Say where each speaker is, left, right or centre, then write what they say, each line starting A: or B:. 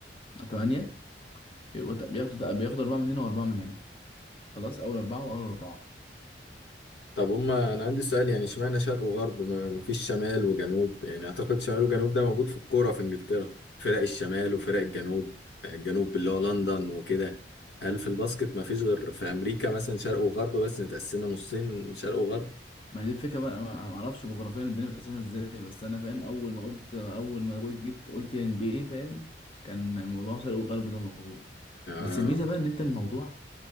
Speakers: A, on the left (about 30°); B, on the left (about 65°).
A: تمانية بيبقوا- بياخدوا بياخدوا أربعة من هنا وأربعة من هنا خلاص أول أربعة وأول أربعة
B: طب هما انا عندي سؤال يعني اشمعنى شرق وغرب ما ما فيش شمال وجنوب يعني اعتقد شمال وجنوب ده موجود في الكوره في انجلترا فرق الشمال وفرق الجنوب يعني الجنوب اللي هو لندن وكده هل في الباسكت ما فيش غير في امريكا مثلا شرق وغرب بس متقسمه نصين شرق وغرب
A: ما هي دي الفكرة بقى أنا ما ما أعرفش جغرافيا الدنيا متقسمة إزاي بس أنا فاهم أول ما قلت أول ما جيت قلت إن بي إيه فاهم كان الموضوع شرق وغرب ده موجود
B: اه
A: بس الميزة بقى إن أنت الموضوع